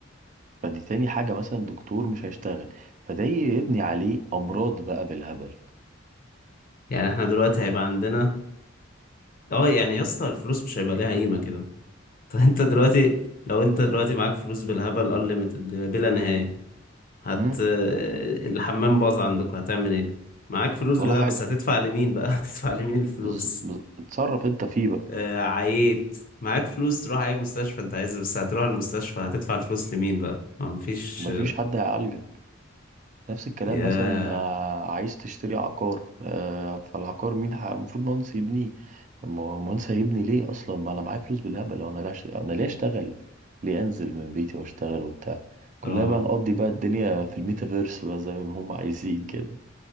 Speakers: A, on the right; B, on the left.
A: فدي تاني حاجه مثلا دكتور مش هيشتغل فده يبني عليه امراض بقى بالهبل
B: يعني احنا دلوقتي هيبقى عندنا اه يعني يا اسطى الفلوس مش هيبقى ليها قيمة كده <laughs> طب انت دلوقتي لو انت دلوقتي معاك فلوس بالهبل unlimited بلا نهاية هت
A: امم
B: الحمام باظ عندك هتعمل ايه معاك فلوس
A: ولا
B: بده
A: حاجه
B: بس هتدفع لمين بقى <laughs> هتدفع لمين الفلوس
A: بز... بز... اتصرف انت فيه بقى
B: آه، عييت معاك فلوس تروح اي مستشفى انت عايزها بس هتروح المستشفى هتدفع الفلوس لمين بقى ما مفيش
A: مفيش حد هيعالجك نفس الكلام
B: يا
A: مثلا آه، عايز تشتري عقار آه، فالعقار مين ح- المفروض مهندس يبنيه طب ما هو مهندس هيبني ليه اصلا ما انا معايا فلوس بالهبل وانا لا أش- انا ليه اشتغل ليه انزل من بيتي واشتغل وبتاع كلها
B: اه
A: بقى نقضي بقى الدنيا في الميتافيرس بقى زي ما هم عايزين كده